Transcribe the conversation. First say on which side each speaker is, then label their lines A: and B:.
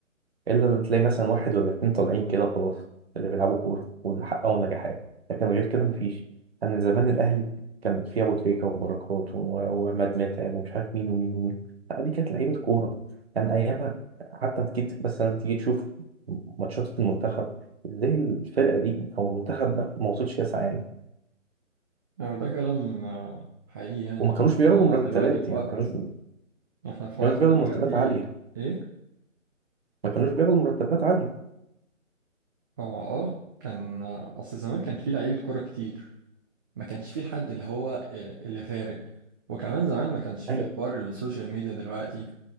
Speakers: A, on the right; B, on the right.
A: الا لو تلاقي مثلا واحد ولا اتنين طالعين كده خلاص اللي بيلعبوا كوره واللي حققوا نجاحات لكن غير كده مفيش انا زمان الاهلي كان فيه ابو تريكه وبركات و- وعماد متعب ومش عارف مين ومين ومين لا دي كانت لعيبه كوره كان ايامها حتى اكيد مثلا تيجي تشوف ماتشات المنتخب ازاي الفرقه دي او المنتخب ده ما وصلش كاس عالم
B: يعني ده كلام آه، حقيقي يعني
A: وما كانوش بياخدوا
B: احنا
A: مرتبات
B: دلوقتي في
A: يعني
B: وقت
A: ما كانوش ما
B: احنا في
A: كانوش
B: وقت
A: بياخدوا
B: دلوقتي
A: مرتبات عاليه
B: ايه؟
A: ما كانوش بياخدوا مرتبات عاليه
B: اه اه كان آه، اصل زمان كان في لعيبة كورة كتير ما كانش فيه الحد اللي هو آه، اللي فارق وكمان زمان ما كانش فيه
A: ايوه
B: حوار السوشيال ميديا دلوقتي